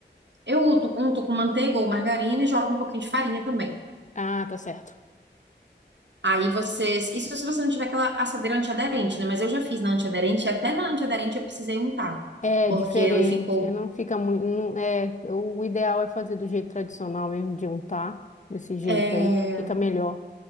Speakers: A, on the right; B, on the left.
A: Eu unto, unto com manteiga ou margarina e jogo um pouquinho de farinha também.
B: Ah, tá certo.
A: Aí você. Isso se você não tiver aquela assadeira antiaderente, né? Mas eu já fiz na antiaderente e até na antiaderente eu precisei untar.
B: É
A: Porque
B: diferente,
A: ele ficou.
B: é, não fica muito. não- é, o ideal é fazer do jeito tradicional mesmo, de untar, desse jeito
A: É,
B: aí, que fica melhor,